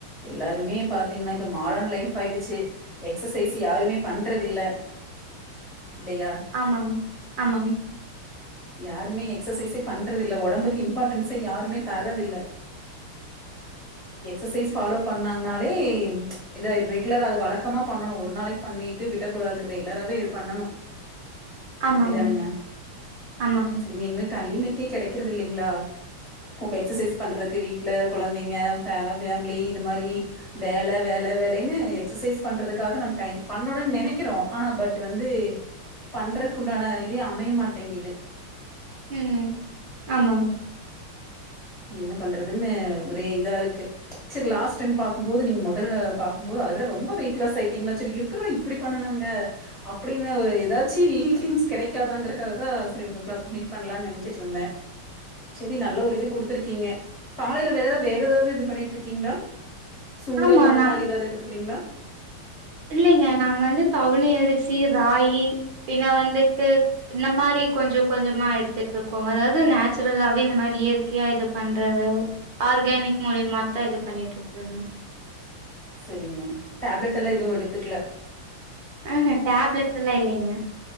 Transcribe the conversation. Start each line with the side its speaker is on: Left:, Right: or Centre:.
Left: எல்லாருமே பாத்தீங்னா இப்ப மாடன் லைஃப் பாயிடுச்சு எக்ஸசைஸ் யாருமே பண்றதில்ல இல்லையா?
Right: ஆமாங் ஆமாங்
Left: யாருமே எக்சசைஸே பண்றதில்ல ஒடம்புக்கு இம்பார்ட்டன்ஸே யாருமே தர்றதில்ல எக்ஸசைஸ் ஃபாலோ பண்ணாங்னாலே இதாய்ரே குலரா அது வழக்கமா பண்ணணூ ஒரு நாளைக்கு பண்ணிட்டு விடக்கூடாது ரெகுலராவே பண்ணணூ
Right: ஆமாங்க
Left: அப்டிதானுங்க
Right: ஆமாங்க
Left: செரிங்க எங்க டைம்க்கே கெடைக் க்றதில்லைங்ளா எக்சசைஸ் பண்றதுக்கு வீட்ல கொழந்தைங்க ஃபே ஃபேமிலி இது மாரி வேல வேல வேலன்னு எக்சசைஸ் பண்றதுக்காக நம் டைம் பண்ணணூனு நெனைக்கிறோ ஆனா பட் வந்து பண்றக்கு உண்டான இதே அமைய மாட்டேங்குது
Right: ம் ஆமாங்க
Left: என்ன பண்றதுன்னு ஒரே இதாருக்கு செரி லாஸ்ட் டைம் பாக்கும்போது நீங்க மொதல்ல பாக்கும்போது அத விட ரொம்ப வெயிட்லாஸ் ஆயிட்டீங்களா செரி எப்பிட்ரா இப்டி பண்ணனாங்க அப்டின்னு ஒரு ஏதாச்சி ஹின்ட்ஸ் கெடைக்காதாங்கறக்காகதா செரி உங்கோக்லா மீட் பண்லானு நெனைச்சிட்டுருந்தே செரி நல்ல ஒரு இது குடுத்துருக்கீங்க காலையில வேற வேற ஏதாவ்து இது பண்ணிட்ருக்கீங்ளா சுண்டல்
Right: ஆமா
Left: அந்த
Right: நாங்
Left: மாரி ஏதாவ்து எடுத்துக்றீங்ளா
Right: இல்லைங்க நாங் வந்து கவுனி அரிசி ராகி பின்ன வந்துட்டு இந்த மாரி கொஞ்சோ கொஞ்சமா எடுத்துட்ருக்கோ அதாவ்து நேச்சுரலாவே இந்த மாரி இயற்கையா இது பண்றது ஆர்கானிக் மூலியமாத்தா இது பண்ணிட்ருக்றேங்க
Left: செரிங்க டேப்லெட் எல்லா எதுவூ எடுத்துக்கல
Right: ஆஹ டேப்லெட்ஸ் எல்லா இல்லைங்க